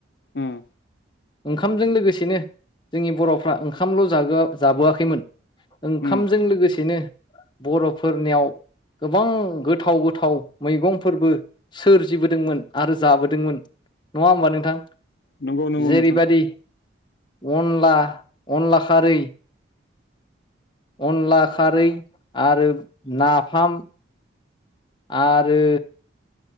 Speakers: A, on the left; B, on the left.
A: उम
B: ओंखामजों लोगोसेनो जोंनि बर'फ्रा ओंखामल' जआ जाबोआखैमोन ओंखामजों
A: उम
B: लोगोसेनो बर'फोरनियाव गोबां गोथाव गोथाव मैगंफोरबो सोरजिबोदोंमोन आरो जाबोदोंमोन। नङा होमबा नोंथां?
A: नंगौ नंगौ
B: जेरैबायदि
A: नोंथां।
B: अनला अनला खारै अनला खारै आरो नाफाम आरो